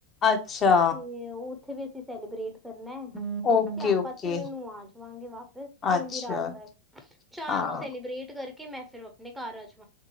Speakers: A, on the left; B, in the centre.
A: ਅੱਛਾ।
B: ਤੇ ਉੱਥੇ ਵੀ ਅਸੀਂ ਸੈਲੀਬ੍ਰੇਟ ਤੇ
A: ਓਕੇ
B: ਆਪਾਂ
A: ਓਕੇ
B: ਤਿੰਨ ਨੂੰ ਆ ਜਾਵਾਂਗੇ ਵਾਪਿਸ, ਤਿੰਨ
A: ਅੱਛਾ
B: ਦੀ ਰਾਤ ਤੱਕ। ਚਾਰ
A: ਹਾਂ
B: ਨੂੰ ਸੈਲੀਬ੍ਰੇਟ ਕਰਕੇ ਮੈਂ ਫਿਰ ਆਪਣੇ ਘਰ ਆ ਜੂ।